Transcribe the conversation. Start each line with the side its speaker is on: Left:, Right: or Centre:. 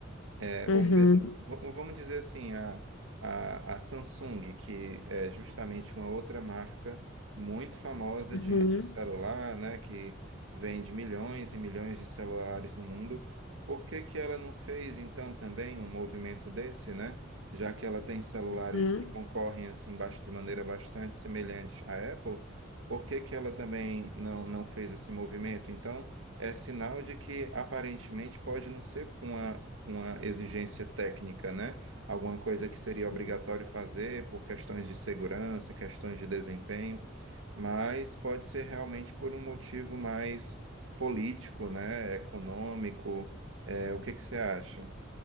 Right: É,
Left: Uhum,
Right: ou mesmo, v- vamos dizer assim, a, a, a Samsung, que é justamente uma outra marca muito famosa
Left: uhum,
Right: de, de celular, né, que vende milhões e milhões de celulares no mundo, por que que ela não fez, então, também um movimento desse, né? Já que ela tem celulares
Left: uhum.
Right: que concorrem, assim, bas- de maneira bastante semelhante à Apple, por que que ela também não, não fez esse movimento? Então, é sinal de que aparentemente pode não ser uma uma exigência técnica, né? Alguma coisa que seria
Left: Sim.
Right: obrigatório fazer por questões de segurança, questões de desempenho, mas pode ser realmente por um motivo mais político, né? Econômico. É, o que que você acha?